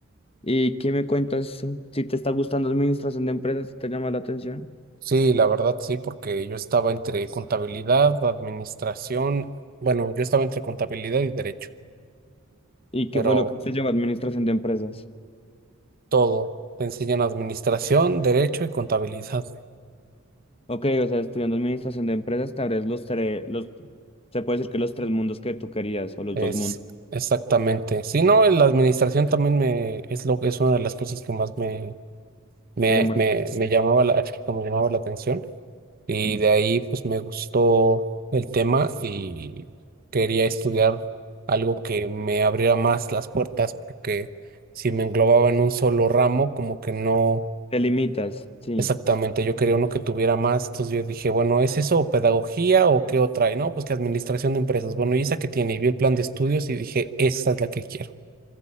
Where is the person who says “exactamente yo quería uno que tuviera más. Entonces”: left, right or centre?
Right